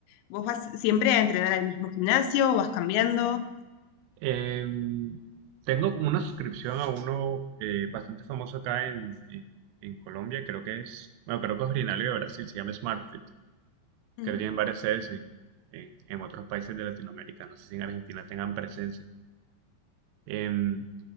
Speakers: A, on the left; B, on the right.
A: ¿Vos vas siempre a entrenar al mismo gimnasio o vas cambiando?
B: Eh, tengo como una suscripción a uno eh, bastante famoso acá en, en, en Colombia, creo que es, bueno, creo que es originario de Brasil, se llama SmartFit,
A: Mm.
B: que tienen varias sedes en, en, en otros países de Latinoamérica, no sé si en Argentina tengan presencia. Em,